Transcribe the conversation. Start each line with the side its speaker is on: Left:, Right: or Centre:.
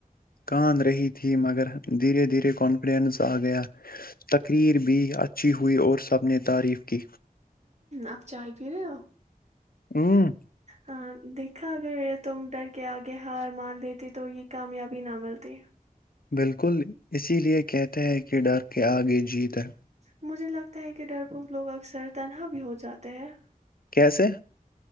Left: کاند رہی تھی مگر دھیرے دھیرے کانفیڈینس آ گیا تقریر بھی اچھی ہوئی اور سب نے تعریف کی
Right: اب چائے فھر ہو
Left: ہوں
Right: ہاں دیکھ اگر تم ڈر کے آگے ہار مان لیتی تو یہ کامیابی نہ ملتی
Left: بالکل اسی لیے کہتے ہے کہ ڈر کے آگے جیت ہے
Right: مجھے لگتا ہے کہ ڈر پوف لوگ اکثر تنہا بھی ہو جاتے ہیں
Left: کیسے